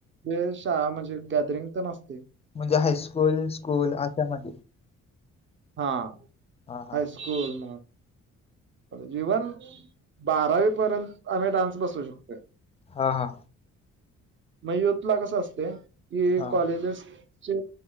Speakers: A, on the right; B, on the left.
A: तेच शाळा म्हणजे गैदरिंग पण असतय.
B: म्हणजे हायस्कूल, स्कूल अशामध्ये.
A: हा
B: हां हां.
A: हायस्कूल जीवन बारावी पर्यंत आम्ही डान्स बसू शकतोय.
B: हा हा.
A: मग युथला कसं असते की,
B: हां.
A: कॉलेजेसचे